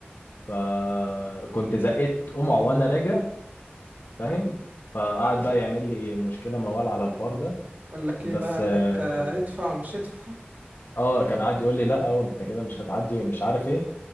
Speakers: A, on the left; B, on the right.
A: فكنت زقيت قمع وانا راجع فاهم فقعد بقى يعمل لي مشكله موال على الحوار ده
B: قال لك
A: بس
B: ايه بقى قال
A: اه
B: لك آه، ادفع ومش ادفع
A: آه، كان قاعد يقول لي لا وانت كده مش هتعدي ومش عارف ايه